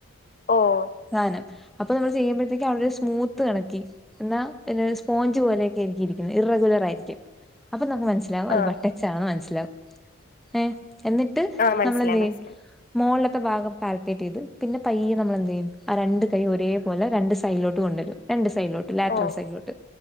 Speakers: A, on the left; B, in the centre.
A: ഓഹ്
B: സാനം. അപ്പൊ നമ്മള് ചെയ്യുമ്പഴത്തേക്കും അവിടെ സ്മൂത്ത് കണക്കി ഇന്നാ പിന്നെ സ്പോഞ്ച് പോലെയൊക്കെ ആരിക്ക്യു ഇരിക്കുന്ന. ഇറ് റെഗുലർ ആയിരിക്കും അപ്പൊ നമുക്ക് മനസ്സിലാവും
A: ആ
B: അത് ബട്ട ക്ഷാന്ന് മൻസ്സിലാവും. ഏഹ് എന്നിട്ട്
A: ആ മനസ്സിലായി
B: നമ്മളെന്തെയ്യും
A: മനസ്സിലായി
B: മോള്ത്തെ ഭാഗം പാൽ പേറ്റ് ചെയ്ത് പിന്നെ പയ്യെ നമ്മളെ എന്ത്ചെയ്യും ആഹ് രണ്ട് കൈ ഒരേപോലെ രണ്ട് സൈഡിലോട്ട് കൊണ്ടരും രണ്ട് സൈഡിലോട്ട് ലാറ്ററൽ
A: ഓ
B: സൈഡിലോട്ട്